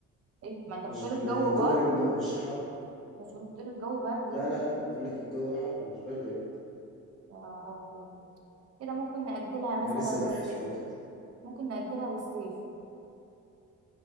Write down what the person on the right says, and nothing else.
إيه؟ ما انت بتقول
الجو
برد
مش قلت لي الجو برد
يا ابني
يا ربي كده ممكن نأجلها
مثلا
للصيف
ممكن نأجلها للصيف